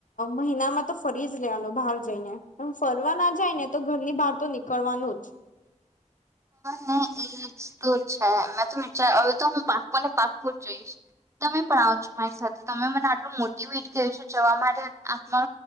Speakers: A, on the left; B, on the right.
A: મહિનામાં તો ફરી જ લેવાનું બહાર જઈને. પણ ફરવા ના જાય ને તો ઘરની બહાર તો નીકળવાનું જ.
B: નહી એ જ તો છે મેં તો વિચાર હવે તો હું પાકુંને પાકું જ જઈશ. તમે પણ આવો છો મારી સાથે તમે મને આટલું મોટીવેટ કર્યું છે જવા માટે આપને